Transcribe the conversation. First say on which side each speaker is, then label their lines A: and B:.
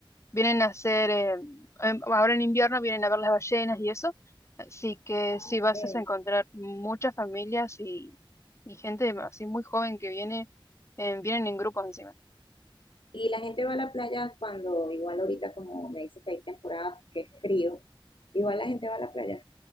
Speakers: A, on the left; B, on the left.
A: Vienen a hacer, eh, em, ahora en invierno vienen a ver las ballenas y eso. Así que sí,
B: Ok.
A: vas a encontrar muchas familias y, y gente así muy joven que viene, eh, vienen en grupos encima.
B: Y la gente va a la playa cuando, igual ahorita como me dice que hay temporada que es frío, igual la gente va a la playa,